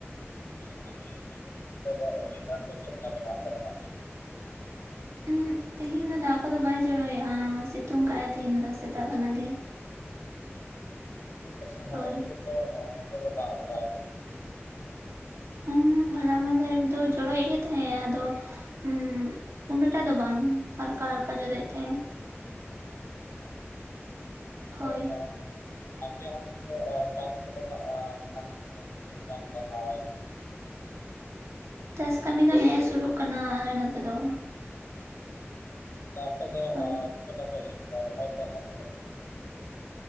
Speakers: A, on the left; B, on the right.
A: ᱟᱨ ᱟᱵᱮᱱᱟᱹᱵᱤᱱ ᱚᱱᱛᱮ ᱫᱚ ᱳᱭᱮᱫᱟᱨ ᱠᱚ ᱪᱮᱫ ᱞᱮᱠᱟ ᱢᱮᱱᱟᱜ ᱟᱠᱟᱫᱟ ᱦᱟᱸᱜ ᱛᱮᱦᱮᱧ ᱫᱚ?
B: ᱩᱸᱦᱩᱜ ᱛᱮᱦᱮᱧ ᱫᱚ ᱫᱟᱜ ᱠᱚᱫᱚ ᱵᱟᱭ ᱡᱚᱲᱚᱮᱜᱼᱟ, ᱥᱮᱛᱳᱝ ᱠᱟᱜᱼᱟᱭ ᱛᱮᱦᱮᱧ ᱫᱚ ᱥᱮᱛᱟᱜ ᱠᱷᱚᱱᱟᱜ ᱜᱮ᱾
A: ᱟᱪᱪᱷᱟ ᱦᱚᱞᱟ
B: ᱦᱳᱭ
A: ᱢᱟᱸᱫᱷᱮᱨ ᱫᱚ ᱚ ᱱᱚᱱᱛᱮ ᱫᱚ ᱫᱟᱜ ᱵᱷᱟᱲᱟ ᱟᱠᱟᱫᱟ᱾ ᱵᱟᱝ?
B: ᱦᱩᱸ ᱦᱚᱞᱟ ᱢᱟᱸᱫᱷᱮᱨ ᱫᱚ ᱡᱚᱲᱚᱭᱮᱫ ᱜᱮ ᱛᱟᱦᱮᱸ ᱟᱫᱚ ᱩᱸᱜ ᱩᱱᱟᱹᱜᱴᱟ ᱫᱚ ᱵᱟᱝ ᱦᱟᱞᱠᱟ ᱦᱟᱞᱠᱟ ᱡᱚᱨᱟᱭᱮᱫ ᱛᱟᱦᱮᱸᱜ-ᱮ᱾
A: <unintelligible>
B: ᱦᱳᱭ
A: ᱟᱯᱮ ᱚᱱᱛᱮ ᱫᱚ ᱟ ᱪᱟᱥ ᱠᱚᱫᱚ ᱱᱟᱦᱟᱜ ᱠᱷᱟᱱ ᱛᱤᱱᱟᱹᱜ ᱜᱟᱱ ᱞᱟᱦᱟ ᱟᱠᱟᱱᱟ?
B: ᱪᱟᱹᱥ ᱠᱟᱹᱢᱤ ᱫᱚ ᱱᱮᱜ-ᱮ ᱥᱩᱨᱩᱜ ᱠᱟᱱᱟ ᱟᱞᱮ ᱱᱚᱛᱮ ᱫᱚ᱾
A: ᱛᱟ ᱟᱯᱮ ᱫᱚ
B: ᱦᱳᱭ
A: ᱟ ᱛᱤᱱᱟᱹᱜᱴᱟ ᱯᱮ ᱤᱭᱟᱹ ᱠᱮᱫᱟ? ᱨᱚᱦᱚᱭ ᱯᱮ ᱮᱦᱚᱵ ᱟᱠᱟᱫᱟ ᱥᱮ ᱵᱟᱝ?